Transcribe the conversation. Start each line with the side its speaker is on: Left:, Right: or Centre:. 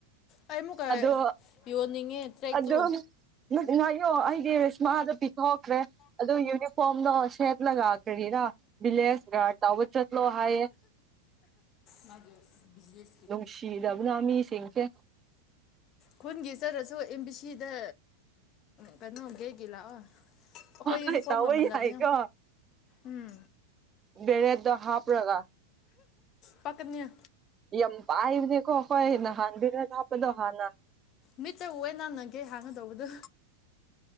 Left: ꯑꯩ ꯑꯃꯨꯛꯀ
Right: ꯑꯗꯣ
Left: ꯌꯣꯟꯅꯤꯡꯉꯦ ꯇ꯭ꯔꯦꯛꯇꯨ
Right: ꯑꯗꯣ ꯉꯌꯣ ꯑꯩꯗꯤꯏꯁꯃꯥꯁꯨ ꯄꯤꯊꯣꯛꯈ꯭ꯔꯦ꯫ ꯑ ꯌꯨꯅꯤꯐꯣꯔꯝꯗꯣ ꯁꯦꯠꯂꯒ ꯀꯔꯤꯔꯥ ꯚꯂꯦꯖ ꯒꯥꯔꯗ ꯇꯧꯕ ꯆꯠꯂꯣ ꯍꯥꯏꯌꯦꯦ
Left: ꯃꯥꯒꯤꯦ ꯕꯤꯅꯦꯁ
Right: ꯅꯨꯡꯁꯤꯗꯕꯅ ꯃꯤꯁꯤꯡꯁꯦ
Left: ꯈꯨꯟꯒꯤ ꯆꯔꯁꯨ ꯑꯦꯝ ꯕꯤ ꯁꯤꯗ ꯀꯩꯅꯣꯒꯤꯒꯤ ꯂꯥꯛꯑꯣ꯫ ꯑꯩꯈꯣꯏ ꯌꯨꯅꯤꯐꯣꯔꯝ
Right: ꯍꯣꯏ ꯇꯧꯕ
Left: ꯀꯝꯃꯜꯂꯕꯅ
Right: ꯌꯥꯏꯀꯣ
Left: ꯎꯝ
Right: ꯕꯔꯦꯗ ꯍꯥꯞ꯭ꯔꯒ
Left: ꯄꯀꯅꯤꯌꯥ
Right: ꯌꯥꯝ ꯄꯥꯏꯕꯅꯦꯀꯣ ꯍꯈꯣꯏ ꯅꯍꯥꯟ ꯍꯤꯗꯥꯛ ꯀꯥꯞꯄꯗꯣ ꯍꯥꯟꯅ꯫
Left: ꯃꯤꯠꯠꯇꯦ ꯅꯥꯟꯅꯒꯦ ꯍꯥꯡꯒꯗꯧꯕꯗꯨ